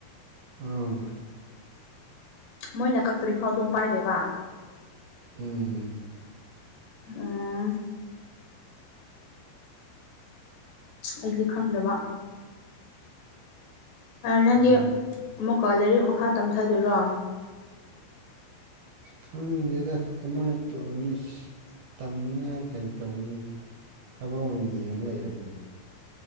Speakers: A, on the right; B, on the left.
A: ꯑꯣ
B: ꯃꯣꯏꯅ ꯀꯛꯇ꯭ꯔꯤꯐꯥꯎ ꯑꯗꯨꯝ ꯄꯥꯏꯗꯣꯏꯕ
A: ꯎꯝ
B: ꯎꯝ ꯑꯩꯗꯤ ꯈꯪꯗꯕ ꯅꯪꯒꯤ
A: ꯎꯝ
B: ꯑꯃꯨꯛꯀ ꯂꯥꯏꯔꯤꯛ ꯃꯈꯥ ꯇꯝꯊꯗꯣꯏꯔꯣ
A: ꯈꯪꯗꯦꯗ ꯀꯃꯥꯏꯅ ꯇꯧꯔꯅꯤ ꯇꯝꯅꯤꯉꯥꯏ ꯀꯩ ꯇꯧꯔꯅꯤ ꯊꯕꯛ ꯑꯣꯏꯅ ꯌꯦꯡꯉ ꯂꯩꯔꯕꯅꯤ